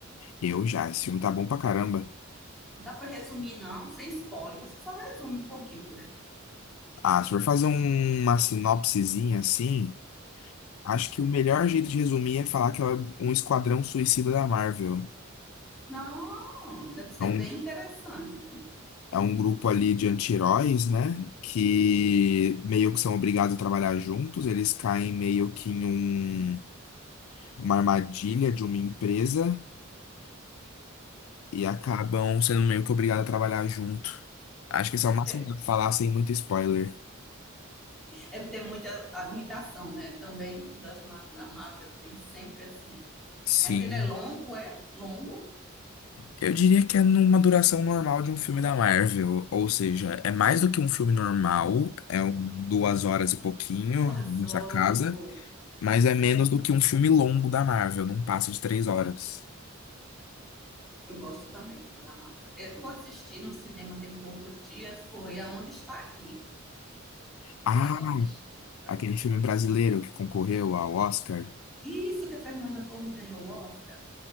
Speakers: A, on the left (about 85°); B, in the centre.
A: Eu já, esse filme tá bom pra caramba.
B: Não dá para resumir, não, sem spoiler, você só resume um pouquinho
A: Ah, se for fazer um- uma sinopsezinha assim, acho que o melhor jeito de resumir é falar que é um esquadrão suicida da Marvel.
B: Não, deve ser
A: É um,
B: bem interessante, viu?
A: é um grupo ali de anti-heróis, né? Que meio que são obrigados a trabalhar juntos. Eles caem meio que em um- uma armadilha de uma empresa e acabam sendo meio que obrigados a trabalhar junto. Acho que esse
B: Deve
A: é o máximo
B: ter,
A: que dá pra falar sem muito spoiler.
B: deve ter muita, a- muita ação, né? Também das, Ma- da Marvel tem sempre assim.
A: Sim.
B: Mas ele é longo, é longo,
A: Eu diria que é numa duração normal de um filme da Marvel, ou seja, é mais do que um filme normal, é um- duas horas e pouquinho
B: duas
A: nessa
B: horas
A: casa,
B: e pouco.
A: mas é menos
B: Sim.
A: do que um filme longo da Marvel, não passa de três
B: Hum,
A: horas.
B: Eu gosto também da Marvel. Eu assisti no cinema tem poucos dias, foi Aonde Está Aqui.
A: Ah,
B: Fui lá dar uma assistida.
A: aquele filme
B: Eu-
A: brasileiro que concorreu ao Oscar.
B: Isso que a Fernanda Torres ganhou o Oscar,